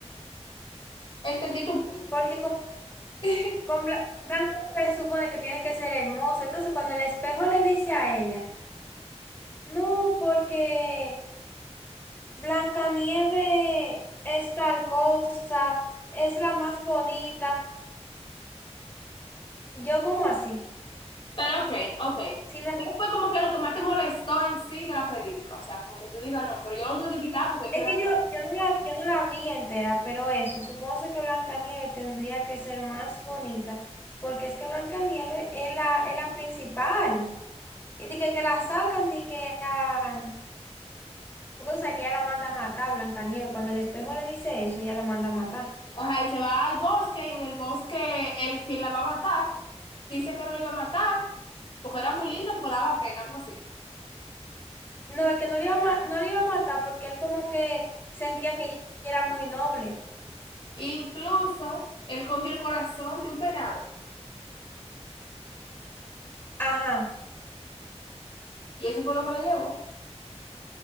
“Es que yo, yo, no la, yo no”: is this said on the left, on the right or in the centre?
Left